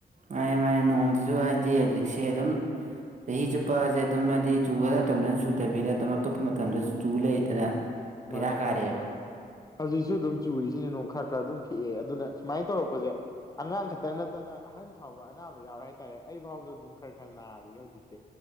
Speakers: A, on the right; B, on the left.
A: ꯃꯥꯅꯦ ꯃꯥꯅꯦ ꯅꯣꯡꯁꯤꯁꯨ ꯍꯥꯏꯗꯤ ꯍꯧꯖꯤꯛꯁꯦ ꯑꯗꯨꯝ ꯆꯍꯤ ꯆꯨꯞꯄꯁꯦ ꯑꯗꯨꯝ ꯍꯥꯏꯗꯤ ꯆꯨꯒꯗ ꯃꯇꯝꯗ ꯆꯨꯗꯕꯤꯗ ꯑꯗꯨꯝ ꯑꯇꯣꯞꯄ ꯃꯇꯝꯗꯁꯨ ꯆꯨ ꯂꯩꯗꯅ ꯕꯦꯔꯥ
B: ꯃꯥꯅꯦ
A: ꯀꯥꯔꯛꯑꯦꯕ
B: ꯍꯧꯖꯤꯛꯁꯨ ꯑꯗꯨꯝ ꯆꯨꯔꯤꯁꯤ ꯁꯤꯅ ꯅꯨꯡ ꯈꯔ ꯈꯔ ꯑꯗꯨꯝ ꯈꯤꯛꯑꯦ ꯑꯗꯨꯅ ꯁꯨꯃꯥꯏꯅ ꯇꯧꯔꯛꯄꯁꯦ ꯑꯉꯥꯡ ꯈꯛꯇ ꯅꯠꯇꯅ ꯑꯍꯟ ꯐꯥꯎꯕ ꯑꯅꯥꯕ ꯌꯥꯎꯔꯦ ꯍꯥꯏꯇꯥꯔꯦ ꯑꯩ ꯐꯥꯎꯕꯗ ꯑꯗꯨꯝ ꯈꯔ ꯈꯔ ꯅꯥꯔꯤꯌꯦ ꯍꯧꯖꯤꯛꯁꯦ